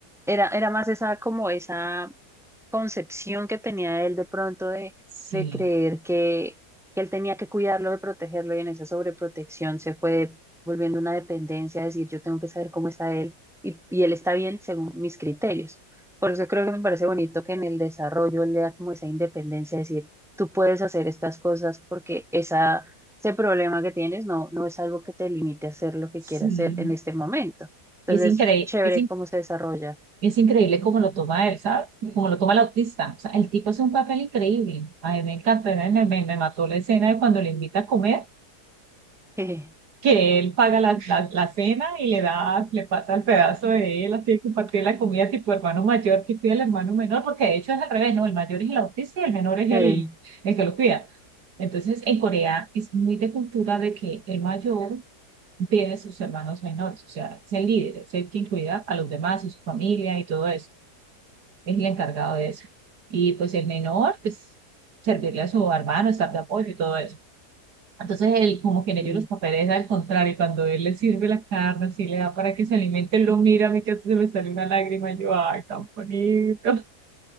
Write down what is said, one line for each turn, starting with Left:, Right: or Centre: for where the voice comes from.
Centre: era, era más esa, como esa. concepción que tenía él de pronto de,
Right: Sí,
Centre: de creer que, que él tenía que cuidarlo, de protegerlo, y en esa sobreprotección se fue volviendo una dependencia, decir, yo tengo que saber cómo está él y, y él está bien según mis criterios. Por eso creo que me parece bonito que en el desarrollo él le da como esa independencia, decir, tú puedes hacer estas cosas porque esa, ese problema que tienes no, no es algo que te limite a hacer lo que
Right: sí,
Centre: quieras hacer en este momento.
Right: Y
Centre: Entonces,
Right: es increíble,
Centre: chévere
Right: es, in-
Centre: cómo se desarrolla.
Right: es increíble cómo lo toma él, ¿sabes? Cómo lo toma el autista. O sea, el tipo hace un papel increíble. A mí me encantó, me, me- me mató la escena de cuando le invita a comer,
Centre: <laughs> Sí,
Right: que él paga la, la, la cena y le da, le pasa el pedazo de él, así de compartir la comida tipo hermano mayor que cuida al hermano menor, porque de hecho es al revés, ¿no? El mayor es el autista y el menor es
Centre: Sí.
Right: el, el que lo cuida. Entonces, en Corea es muy de cultura de que el mayor pide sus hermanos menores, o sea, es el líder, es el que incluirá a los demás, a su familia y todo eso, es el encargado de eso. Y pues el menor, pues servirle a su hermano, estar de apoyo y todo eso. Entonces, él, como que en
Centre: sí.
Right: ellos los papeles al contrario, cuando él le sirve la carne, así le da para que se alimente, él lo mira, a mí casi se me sale una lágrima, y yo, ay, tan bonito. <laughs>